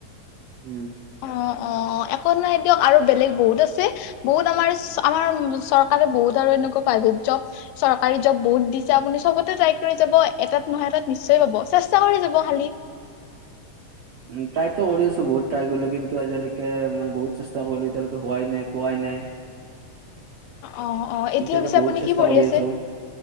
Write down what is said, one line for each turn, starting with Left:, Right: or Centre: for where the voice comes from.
Right: উম।
Left: অ' অ'একো নাই দিয়ক আৰু বেলেগ বহুত আছে বহুত আমাৰ আমাৰ চৰকাৰে বহুত আৰু এনেকুৱা প্ৰাইভেট যব চৰকাৰী জব বহুত দিচে আপুনি চবতে ট্ৰাই কৰি যাব, এটাত নহয় এটাত নিশ্চয় পাব, চেছ স্তা কৰি যাব খালি।
Right: <inaudible> উম ট্ৰাই তো কৰি আছো বহুত ট্ৰাই কৰিলো কিন্তু আজিলৈকে মই বহুত চেষ্টা কৰিলো এতিয়ালৈকে হোৱাই নাই, পোৱাই নাই।
Left: অ' অ' এতিয়া
Right: এতিয়ালৈকে
Left: পিছে
Right: বহুত
Left: আপুনি
Right: চেষ্টা
Left: কি পঢ়ি
Right: কৰি
Left: আছে।
Right: আছো